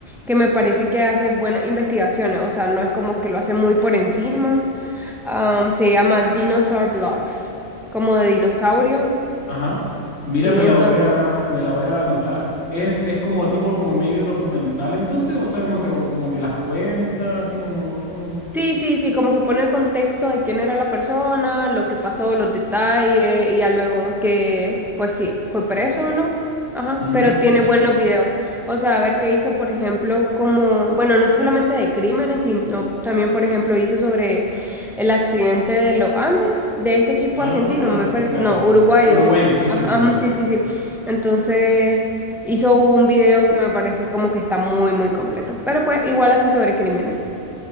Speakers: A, in the centre; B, on the left.
A: que me parece que hace buenas investigaciones, o sea, no es como que lo hace muy por encima, am, se llama Dinosaur Blogs, como de dinosaurio,
B: ajá. Mira,
A: sí,
B: me la
A: entonces...
B: voy a, me la voy a anotar. Es, es como tipo, como medio documental entonces, o sea, como que, o como que las cuentas, así como, como...
A: Sí, sí, sí, como que pone el contexto de quién era la persona, lo que pasó, los detalles, y ya luego que, pues sí, fue preso o no. Ajá,
B: Mm.
A: pero tiene buenos videos. O sea, a ver qué hizo, por ejemplo, como, bueno, no solamente de crímenes, sino también, por ejemplo, hizo sobre el accidente de los Andes, de este equipo
B: Ah,
A: argentino, me parece,
B: claro.
A: no, uruguayo.
B: Uruguayo, sí,
A: Ajá,
B: sí, uruguayo.
A: ajá, sí, sí, sí. Entonces, hizo un video que me parece como que está muy, muy completo. Pero pues, igual hace sobre crímenes.